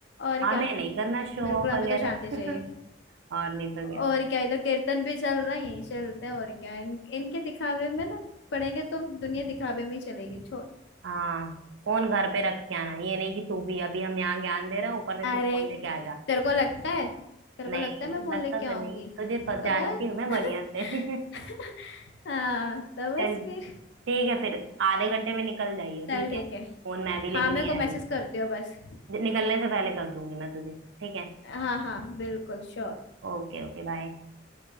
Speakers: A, on the left; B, on the right.
A: और
B: हमें
A: क्या
B: नहीं करना शो
A: बिल्कुल
B: ऑफ
A: हमें
B: वगैरह
A: तो शांति चाहिए
B: <laughs> और नहीं तो क्या
A: और क्या इधर कीर्तन भी चल रहा है यही चलते हैं और क्या इन, इनके दिखावे में ना पड़ेंगे तो दुनिया दिखावे में ही चलेगी छोड़
B: हाँ फोन घर पे रख के आना ये नहीं कि तू भी अभी हम यहाँ ज्ञान दे रहे हैं ऊपर
A: अरे
B: से तू फोन लेके आ जा
A: तेरे को लगता है तेरे को
B: नहीं
A: लगता है मैं फोन
B: लगता
A: लेके
B: तो
A: आऊंगी
B: नहीं तुझे प-
A: तो
B: जानती
A: बस
B: हूँ मैं
A: <laughs>
B: बढ़िया से <laughs>
A: हाँ तो बस
B: चल
A: फिर
B: ठीक है फिर आधे घंटे में निकल जाइयो
A: चल
B: ठीक
A: ठीक
B: है
A: है
B: फोन मैं भी लेके
A: हाँ मेरे
B: नहीं
A: को मैसेज
B: आ रही
A: कर दियो बस
B: निकलने से पहले कर दूंगी मैं तुझे ठीक है
A: हाँ हाँ बिल्कुल श्योर
B: Okay okay bye